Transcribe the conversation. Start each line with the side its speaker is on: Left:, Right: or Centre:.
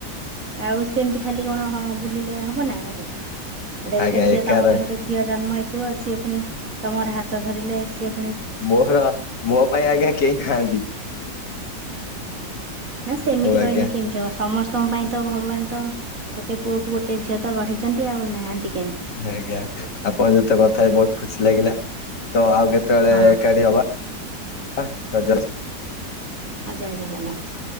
Right: ଆଉ ସେମତି ଖାଲି କଣ ହ ବୁଲିଲେ ହବ ନା ଗୋଟେ ଗୋଟେ
Left: ଆଜ୍ଞା
Right: ଗୋଟେ ଝିଅ
Left: ଏକା
Right: ତମ
Left: ରହେ
Right: ପାଇଁ ଗୋଟେ ଝିଅ ଜନ୍ମ ହେଇଥିବ ସିଏ ପୁଣି ତମର ହାତ ଧରିଲେ ସି
Left: ମୋର ମୋ ପାଇଁ ଆଜ୍ଞା କେହି ନାହାନ୍ତି। <inaudible>
Right: ନା ସେମିତି
Left: ହଉ ଆଜ୍ଞା
Right: କହିଲେ କେମିତି ଥ ସମସ୍ତଙ୍କ ପାଇଁ ତ ଭଗବାନ ତ ଗୋଟେ ପୁଅକୁ ଗୋଟେ ଝିଅ ତ ଗଢିଛନ୍ତି। ଆଉ ନାହାନ୍ତି କେମିତି
Left: ଆଜ୍ଞା ଆପଣ ଯତେ କଥା ହେଇ ବହୁତ ଖୁସି ଲାଗିଲା ତ ଆଉ କେତେବେଳେ
Right: ହଁ
Left: ଏକାଠି ହବା। ହ ତ <unintelligible>
Right: ହଁ ଜୟ ଜଗନ୍ନାଥ।